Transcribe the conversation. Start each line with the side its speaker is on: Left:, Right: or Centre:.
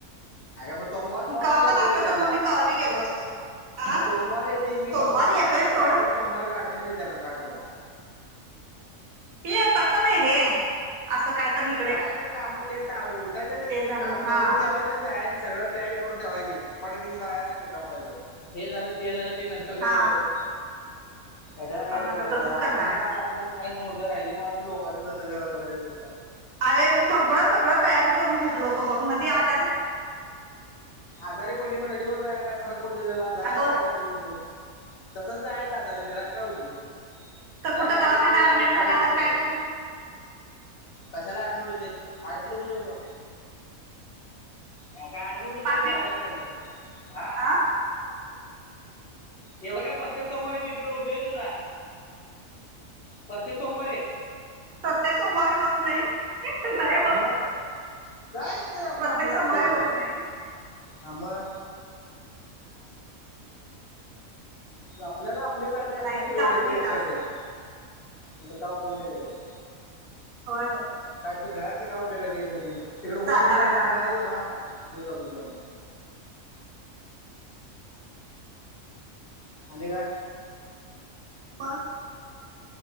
Left: अगं मग सोमवार
Right: मग
Left: कवा
Right: कवाली
Left: पण येते
Right: असते
Left: की त्याला
Right: तर मी कवा बी गेलो असतो आ
Left: मग सोमवार येतेच की
Right: सोमवारी
Left: का बा आपण
Right: येतोय
Left: काय
Right: सोड
Left: प्रत्येक सोमवारी अडचणच येत्या काय तुला
Right: ते तसं नाही रे असं कायतरी
Left: काय तर काम तेच चालु उठायचं न
Right: झालं
Left: करून
Right: हा
Left: ठेवायचं जायच. सगळ तयारी करून ठेवायची पट दिशि जा ते कमवायच हे झालं ते झालं ते नं. करत
Right: हा
Left: बसायच कशाला
Right: हा
Left: काहीतरी
Right: आता
Left: करत
Right: तसच
Left: आपलं
Right: करणार आहे
Left: आप आपलं.. पायल सोडलं राहिलं पावलं लोकचाधंद कराया बसायला नुस...
Right: अरे सगळं सगळं तयार करून घेतल होतो बघ मध आजारी...
Left: आजारी पडले पन नदिवर जायला काय फरक पडत त्याला जाय
Right: दोन
Left: आजार घेऊन. तसच आहे आजारी त्याला काय होते
Right: तर
Left: काय
Right: कुठं
Left: गाडीवर
Right: दवाखान्यात
Left: बसून जायच
Right: ऍडमिट
Left: आणि
Right: झाल्यावर
Left: गाडीवर बसून
Right: काय
Left: यायचं
Right: करू
Left: कशाला ऍडमिट होतोय एडमिन नको होऊ मग काय ऍडमिट होतो
Right: पाक
Left: का तु आजारी पडल्यावर. हा
Right: <inaudible>
Left: एवढं काय प्रत्येक सोमवारी बीपी लो होते वय तुझा. प्रत्येक सोमवारी.
Right: प्रत्येक सोमवारी होत नाही. होत
Left: म काय तर आपल
Right: प्रत्येक
Left: लांबड
Right: सोमवारी
Left: टाकत्याती.
Right: होत नाही
Left: हा मग
Right: <inaudible>
Left: आपल्याला आपली काळजी असली
Right: नाही
Left: तर
Right: जातो
Left: वेळ देते.
Right: घे
Left: लक्षात
Right: जातो
Left: ठेवा. आता काही उपयोग नाही त्याचा.
Right: होय होय.
Left: काय ते घरातले काय उपयोगाचे आहेत मग. तिकडे होत
Right: जाणार
Left: नसेल
Right: आहे
Left: तर आमच्या
Right: जाणार
Left: घरात
Right: आहे
Left: येऊन राह म्हणाव‌. घेऊन जातो तुला मी. आणि काय
Right: बस